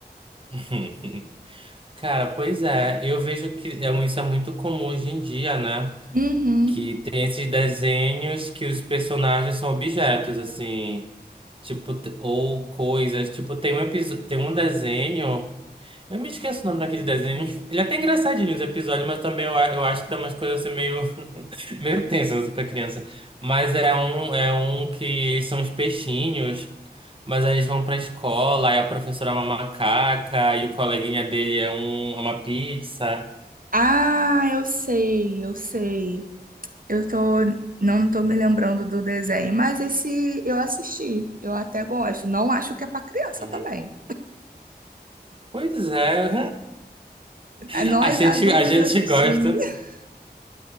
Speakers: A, on the right; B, on the right.
A: <laughs> Cara, pois é, eu vejo que é um- isso é muito comum hoje em dia, né?
B: Uhum.
A: Que tem esses desenhos que os personagens são objetos, assim, tipo, t- ou coisas. Tipo, tem um episódio, tem um desenho, eu me esqueço o nome daquele desenho. <laughs> Ele é até engraçadinho os episódios, mas também eu, a- eu acho que tem umas coisas assim meio, <laughs> meio tensas pra criança. Mas é um, é um que eles são os peixinhos. Mas aí eles vão pra escola, aí a professora é uma macaca, e o coleguinha dele é um, é uma pizza.
B: Ah, eu sei, eu sei. Eu tô, não tô me lembrando do desenho, mas esse eu assisti. Eu até gosto. Não acho que é pra criança
A: Uhum.
B: também.
A: Pois é.
B: É, Nós
A: <laughs> A gente,
B: adultos
A: a gente
B: assistimos.
A: gosta.
B: <laughs>